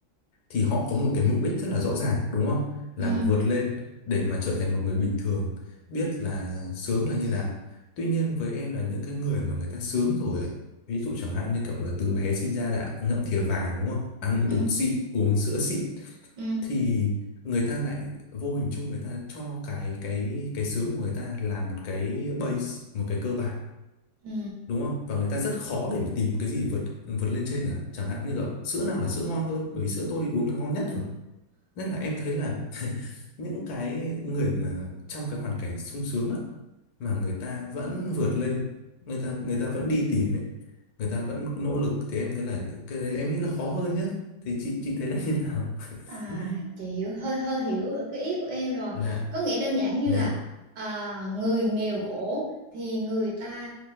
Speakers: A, on the left; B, on the right.
A: thì họ có một cái mục đích rất là rõ ràng đúng không là
B: Ừ.
A: vượt lên để mà trở thành một người bình thường biết là sướng là như nào tuy nhiên với em là những cái người mà người ta sướng rồi ấy, ví dụ chẳng hạn như kiểu là từ bé sinh ra đã ngậm thìa vàng đúng không ăn
B: Ừ.
A: bột
B: Ừ.
A: xịn uống sữa xịn
B: Ừ.
A: thì người ta lại vô hình chung người ta cho cái cái cái sướng của người ta là một cái base một cái cơ bản
B: Ừ.
A: đúng không và người ta rất khó để mà tìm cái gì vượt vượt lên trên cả chẳng hạn như kiểu sữa nào là sữa ngon hơn bởi vì sữa tôi uống là ngon nhất rồi nên là em thấy là <laughs> những cái người mà trong cái hoàn cảnh sung sướng á mà người ta vẫn vượt lên người ta người ta vẫn đi tìm ấy người ta vẫn nỗ lực thì em thấy là cái đấy em nghĩ là khó hơn nhá thì chị chị thấy là như nào
B: À,
A: <laughs>
B: chị hiểu hơi hơi hiểu cái ý của em rồi.
A: dạ
B: Có nghĩa đơn giản như
A: dạ
B: là à, người nghèo khổ thì người ta